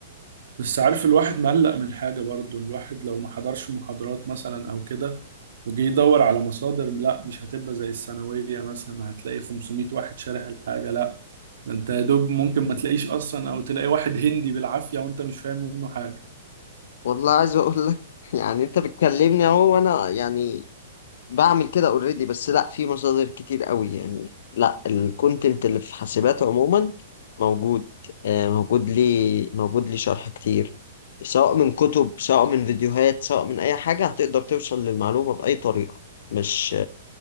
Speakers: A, on the right (about 60°); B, on the left (about 55°).
A: بس عارف الواحد مقلق من حاجة برضو الواحد لو ما حضرش محاضرات مثلا أو كده وجي يدور على مصادر لا مش هتبقى زي الثانوية مثلا هتلاقي 500 واحد شارح الحاجة لا ده انت يا دوب ممكن ما تلاقيش أصلا أو تلاقي واحد هندي بالعافية وانت مش فاهم منه حاجة
B: والله عايز أقول لك <laughs> يعني أنت بتكلمني أهو وأنا يعني بعمل كده أوريدي بس لا في مصادر كتير قوي يعني لا الكونتنت اللي في حاسبات عموما موجود آه، موجود لي موجود لي شرح كتير سواء من كتب سواء من فيديوهات سواء من أي حاجة هتقدر توصل للمعلومة بأي طريقة مش